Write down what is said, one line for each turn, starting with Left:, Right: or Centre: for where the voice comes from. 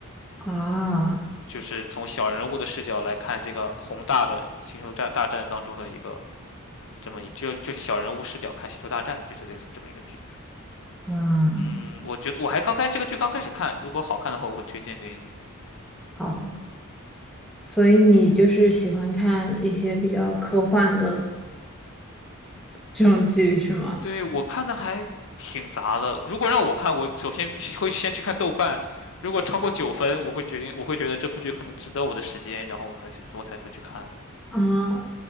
Centre: 啊，
Left: 就是从小人物的视角来看这个宏大的星球战大战当中的一个这么一就就是小人物视角看星球大战，就是类似这么一个剧。
Centre: 嗯，
Left: 嗯，我觉得我还刚开这个剧刚开始看，如果好看的话，我会推荐给你。
Centre: 好，所以你就是喜欢看一些比较科幻的这种剧是吗？
Left: 对，我看的还挺杂的。如果让我看，我首先必须会先去看豆瓣，如果超过九分，我会决定，我会觉得这部剧可能值得我的时间，然后我才去，我才会去看。
Centre: 啊，